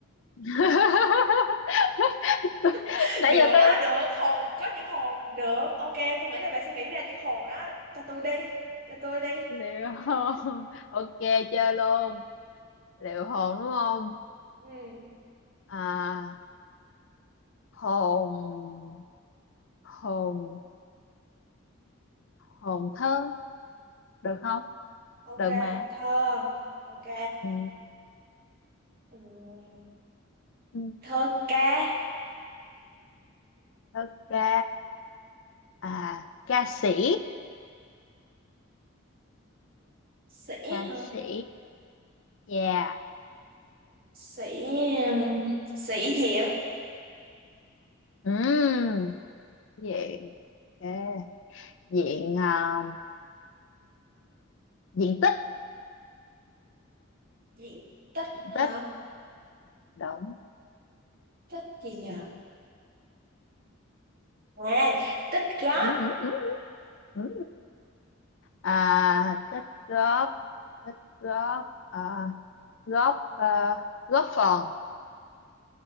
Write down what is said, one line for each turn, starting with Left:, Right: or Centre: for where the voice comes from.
Left: <laughs> Tôi-
Right: <laughs>
Left: nãy
Right: được
Left: giờ tôi
Right: đó được hồn có chữ hồn được ok tôi nghĩ là bà sẽ nghĩ ra chữ hồn đó cho tôi đi cho tôi đi
Left: liệu hồn ok chơi luôn liệu hồn đúng không
Right: ừ
Left: à hồn hồn hồn thơ được không
Right: ok
Left: được mà
Right: hồn thơ ok
Left: ừ.
Right: ừ.
Left: Ừ,
Right: thơ ca
Left: thơ ca à ca sĩ
Right: sĩ
Left: ca
Right: hả
Left: sĩ yeah
Right: sĩ sĩ diện
Left: ừ diện ok diện à, diện tích
Right: diện tích hả
Left: tích động
Right: tích gì nhỉ à tích góp
Left: ừ, ừ, ừ, ừ. à tích góp tích góp à, góp à, góp phần